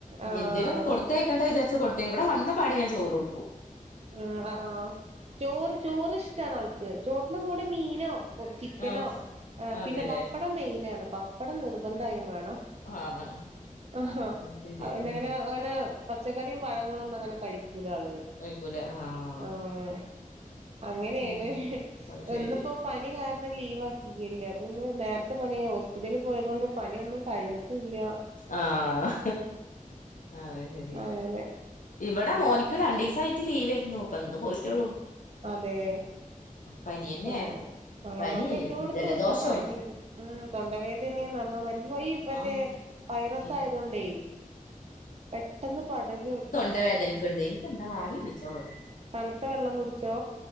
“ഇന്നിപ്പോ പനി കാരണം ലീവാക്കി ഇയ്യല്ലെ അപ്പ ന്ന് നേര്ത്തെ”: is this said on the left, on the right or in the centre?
Right